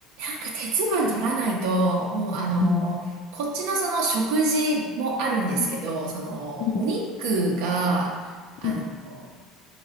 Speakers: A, on the right; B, on the left.
A: なんか鉄分取らないと、もうあの、
B: うん。
A: こっちのその食事もあるんですけど、
B: うん。
A: そのお肉が、
B: うん
A: あの、
B: うん。